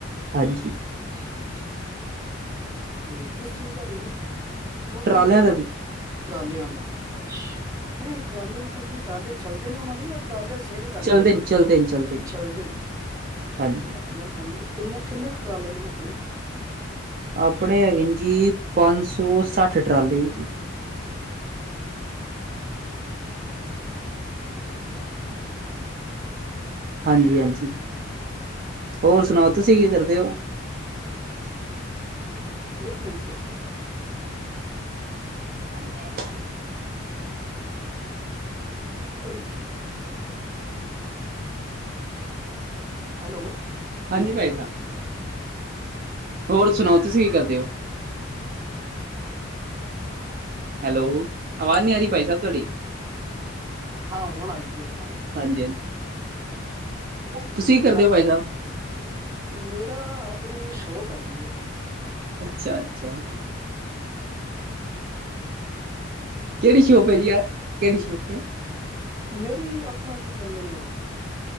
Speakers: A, on the right; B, on the right.
A: ਹਾਂਜੀ।
B: ਠੀਕ ਠੀਕ ਐ। ਤੇ ਕਿਸ ਚੀਜ਼ ਦਾ ਬਿਜਨਸ ਓਧਰ
A: ਟਰਾਲਿਆਂ
B: ਮੇਰੇ ਖਿਆਲ
A: ਦਾ
B: ਟਰਾਲਿਆਂ ਦਾ ਅੱਛਾ। ਨਈ ਟਰਾਲੇ ਮਤਲਬ ਕਿ ਟਰਾਲੇ ਚੱਲਦੇ ਨੇ ਉਹਨਾਂ ਦੇ ਜਾ ਟਰਾਲੇ ਸੇਲ, ਕਰਦੇ
A: ਚੱਲਦੇ
B: ਨੇ
A: ਚੱਲਦੇ ਨੇ ਨੇ
B: ਚੱਲਦੇ
A: ਜੀ।
B: ਨੇ ਠੀਕ
A: ਹਾਂਜੀ
B: ਐ। ਵਧੀਆ ਗੱਲ ਐ ਕਿੰਨੇ ਕਿੰਨੇ ਕ ਟਰਾਲੇ ਨੇ ਆਪਣੇ?
A: ਆਪਣੇ ਹੈਗੇ ਨੇ ਜੀ ਪੰਜ ਸੌ ਸੱਠ ਟਰਾਲੇ ਨੇ ਜੀ। ਹਾਂਜੀ ਹਾਂਜੀ, ਹੋਰ ਸੁਣਾਓ ਤੁਸੀਂ ਕੀ ਕਰਦੇ ਓ?
B: ਇੱਕ ਮਿੰਟ
A: ਅ
B: ਥੋੜੀ ਹੈਲੋ
A: ਹਾਂਜੀ ਭਾਈ ਸਾਹਿਬ ਹੋਰ ਸੁਣਾਓ ਤੁਸੀਂ ਕੀ ਕਰਦੇ ਹੋ ਹੈਲੋ ਆਵਾਜ਼ ਨੀ ਆ ਰਹੀ ਭਾਈ ਸਾਬ ਤੁਹਾਡੀ
B: ਹਾਂ ਹੁਣ ਆਈਏ ਆਈਏ
A: ਹਾਂਜੀ ਹਾਂਜੀ ਤੁਸੀਂ ਕਰਦੇ
B: ਹ
A: ਹੋ ਭਾਈ ਸਾਹਿਬ
B: ਮੇਰਾ ਆਪਣੀ ਸ਼ੋਪ ਹੈਗੀ ਹੈ
A: ਅੱਛਾ ਅੱਛਾ ਕਿਹੜੀ ਸ਼ੋਪ ਹੈ ਜੀ ਆ ਕਿਹੜੀ ਸ਼ੋਪ ਏ
B: ਮੇਰੀ ਆਪਣਾ ਕੀ ਕਹਿੰਦੇ ਨੇ